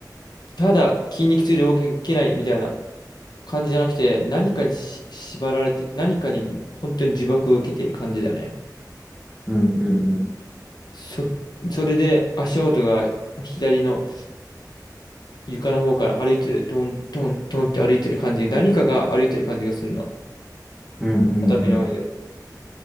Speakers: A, on the left; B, in the centre.
A: ただ筋肉痛で動けないみたいな感じじゃなくて、何かにし縛られて、何かに本当に呪縛を受けている感じだよね。
B: うん、うん、うん、
A: そ、それで足音が左の、床の方から歩いてる、トントントンって歩いてる感じ、何かが歩いてる感じがするの。
B: うん、う
A: 畳の上で。
B: ん、